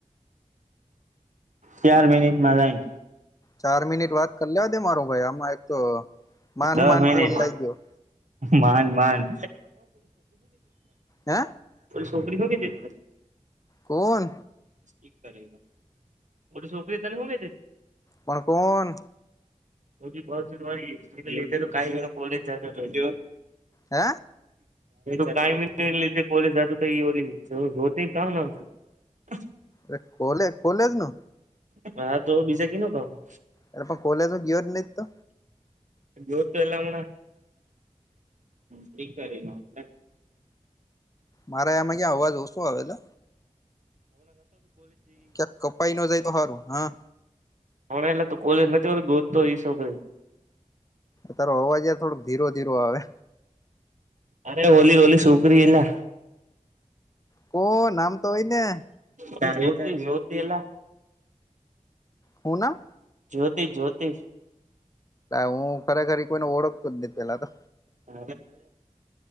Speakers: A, on the right (about 70°); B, on the left (about 25°).
A: ચાર મિનિટમાં જાય
B: ચાર મિનિટ વાત કરી લેવા દે મારો ભાઈ આમાં એક તો માંડ
A: દહ
B: માંડ
A: મિનિટ
B: કોલ લાગ્યો
A: માન માનો
B: હે
A: છોકરી હો કે
B: કોણ
A: ી કરે બટ છોપરી તને હોગ
B: પણ કોણ
A: એી બ જવારી તો કઈ જણ કોલેજ જ
B: હે
A: ટાઈમિ લે કોલેજ જ તો એ ઓ કામ નામ હા
B: અરે કોલે કોલે જ ન
A: હા તો બીજા ક નું કઉું
B: અ પણ કોલેજ ગયયોર નહ તો
A: જ્યો તો એલાણાીક ર
B: મારા એમાં જ્યાં અવાજ ઓતો આવેલો ક્યાક કપાઈ ન જાય તો સારું હા
A: પણ એલા તો કોલેજ નથી હો ગોતતો એઈ છોકરી
B: તારો અવાજાર થોડક ધીરો ધીરો આવે
A: અરે હોલી હોલી સુકરી એલા
B: કો નામ તો હોય ને
A: જ્યોતિ જ્યોતિ એલા
B: હું ના
A: જ્યોતિષ જ્યોતિષ
B: હું ખરેખર કોઈને ઓળખતો જ નથીહ પેલા તો
A: હ